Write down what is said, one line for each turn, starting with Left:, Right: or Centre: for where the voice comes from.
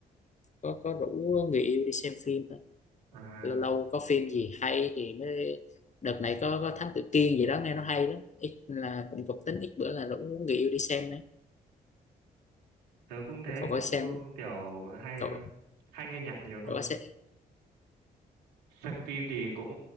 Left: có có rủ người yêu đi xem phim thôi
Right: À,
Left: lâu lâu có phim gì hay thì mới đợt này có có Thám Tử Kiên gì đó nghe nó hay lắm ít là cũng có tính ít bữa là rủ người yêu đi xem đấy
Right: tớ cũng thế,
Left: cậu có
Right: cũng
Left: xem
Right: ờ, kiểu hay
Left: cậu
Right: ờ, hay nghe nhạc nhiều hơn.
Left: cậu có xem
Right: Xem phim thì cũng